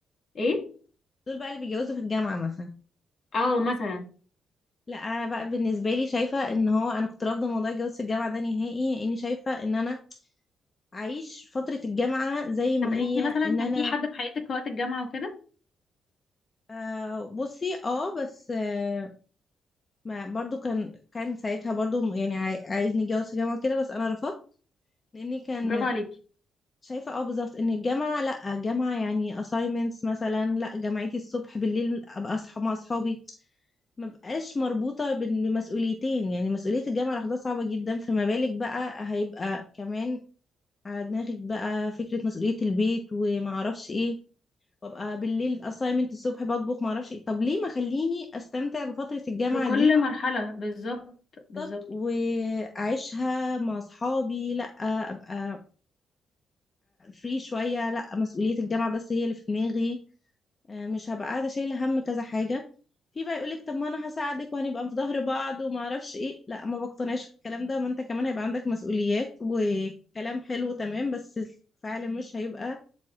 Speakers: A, on the left (about 55°); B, on the left (about 35°).
A: ايه
B: دول بقى اللي بيتجوزوا في الجامعة مثلا
A: اه مثلا
B: لا انا بقى بالنسبة لي شايفة ان هو انا كنت رافضة موضوع الجواز في الجامعة ده نهائي اني شايفة ان انا اعيش فترة الجامعة زي ما
A: طب انت
B: هي
A: مثلا
B: ان
A: كان
B: انا
A: في حد في حياتك وقت الجامعة وكده
B: آه بصي اه بس آه ما برضو كان كان ساعتها برضو يعني عاي- عايزني اتجوز في جامعة كده بس انا رفضت لاني كان
A: برافو عليكي
B: شايفة اه بالظبط ان الجامعة لا جامعة يعني assignments مثلا لا جامعتي الصبح بالليل ابقى اصحى مع اصحابي ما بقاش مربوطة بال- بمسؤوليتين يعني مسؤولية الجامعة لوحدها صعبة جدا فما بالك بقى هيبقى كمان على دماغك بقى فكرة مسؤولية البيت وما اعرفش ايه وابقى بالليل assignment الصبح بطبخ معرفش ايه طب ليه ما خليني استمتع بفترة الجامعة
A: بكل
B: دي
A: مرحلة بالظبط بالظبط
B: بالظبط واعيشها مع اصحابي لا ابقى فري شوية لا مسؤولية الجامعة بس هي اللي في دماغي آه، مش هبقى قاعدة شايلة هم كذا حاجة في بقى يقولك طب ما انا هساعدك وهنبقى في ظهر بعض وما اعرفش ايه لا ما بقتنعش بالكلام ده ما انت كمان هيبقى عندك مسؤوليات وكلام حلو تمام بس فعلا مش هيبقى